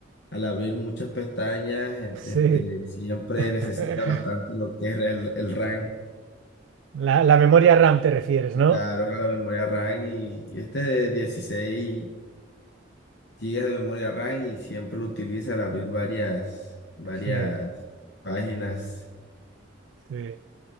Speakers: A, on the left; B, on the right.
A: al abrir muchas pestañas, en-
B: sí.
A: este, siempre
B: <laughs>
A: necesita bastante lo que es el, el RAM.
B: La, la memoria RAM te refieres,
A: Y
B: ¿no?
A: Claro, la memoria RAM y, y este de 16 gigas de memoria RAM y siempre lo utiliza al abrir varias, varias
B: Sí,
A: páginas
B: sí,